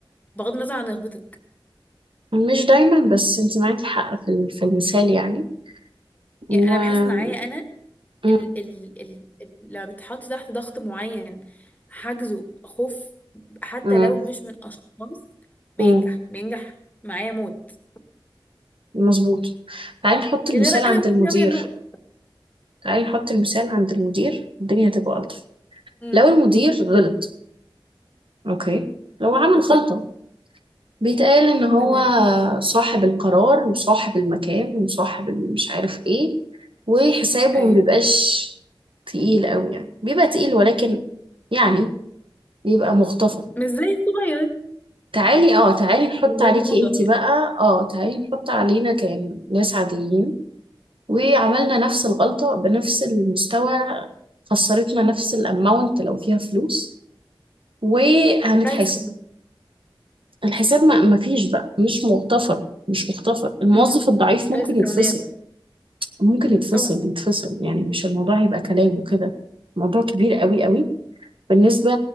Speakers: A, on the left; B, on the right.
A: بغض النظر عن رغبتك
B: مش دايما بس انت معاكي حق في ال- في المثال يعني و
A: يعني انا بحس معايا انا
B: مم.
A: ال ال ال ال لما بتحطي تحت ضغط معين حاجزه خوف حتى
B: مم.
A: لو مش من اشخاص بينجح
B: مم.
A: بينجح معايا موت
B: مظبوط تعالي نحط المثال
A: الا بقى
B: عند
A: لو
B: المدير
A: ممكن رامية النقطة
B: تعالي نحط المثال عند المدير الدنيا هتبقى ألطف
A: امم
B: لو المدير غلط أوكي لو عمل
A: اوكي
B: غلطة بيتقال إن هو
A: تمام
B: صاحب القرار وصاحب المكان وصاحب مش عارف إيه وحسابه
A: ايوه
B: ما بيبقاش تقيل قوي يعني بيبقى تقيل ولكن يعني بيبقى مختصر
A: مش زي الصغير
B: تعالي اه تعالي نحط
A: مش زي
B: عليكي
A: الموظف
B: انتي
A: يعني
B: بقى اه تعالي نحط علينا كناس عاديين وعملنا نفس الغلطة بنفس المستوى خسرتنا نفس الاماونت لو فيها فلوس وهنتحاسب
A: كارثة كمان
B: الحساب ما ما فيش بقى مش مغتفر مش مغتفر الموظف
A: امم
B: الضعيف
A: كارثة
B: ممكن يتفصل
A: كونية طبعا
B: ممكن
A: امم
B: يتفصل
A: طبعا
B: يتفصل يعني مش الموضوع هيبقى كلام وكده موضوع كبير قوي قوي بالنسبة